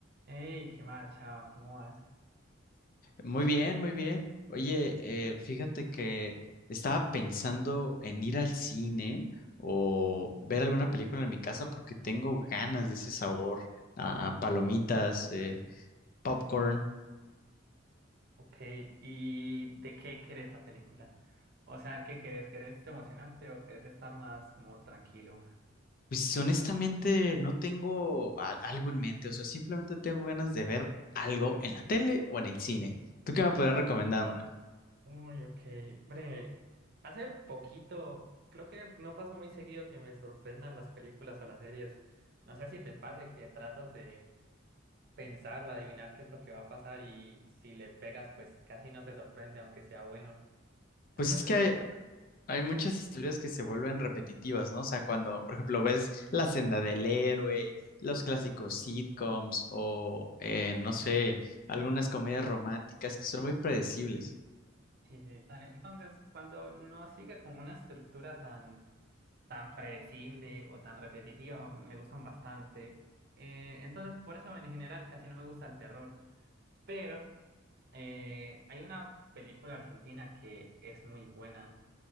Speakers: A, on the right; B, on the left.
A: Hey, qué macha, ¿cómo vas?
B: Muy bien, muy bien. Oye, eh, fíjate que estaba pensando en ir al cine o ver alguna película en mi casa porque tengo ganas de ese sabor a palomitas, eh, popcorn.
A: Ok, ¿y de qué querés la película? O sea, ¿qué querés? ¿Querés emocionarte o querés estar más como tranquilo?
B: Pues honestamente no tengo a- algo en mente, o sea, simplemente tengo ganas de ver algo en la tele o en el cine. ¿Tú qué me podrías recomendar, Manuel?
A: Uy, ok. Bre, hace poquito, creo que no pasa muy seguido que me sorprendan las películas o las series. No sé si te pase que tratas de pensar o adivinar qué es lo que va a pasar y si le pegas, pues casi no te sorprende, aunque sea bueno. Entonces,
B: Pues es que hay, Hay muchas
A: sí,
B: historias que se vuelven repetitivas, ¿no? O sea, cuando,
A: ajá.
B: por ejemplo, ves La senda del héroe, los clásicos sitcoms o, eh, no sé, algunas comedias románticas que son muy predecibles.
A: Sí, sí, dale. Entonces, cuando no sigue como una estructura tan, tan predecible o tan repetitiva, me gustan bastante. Eh, entonces, por eso en general casi no me gusta el terror. Pero eh, hay una película argentina que es muy buena,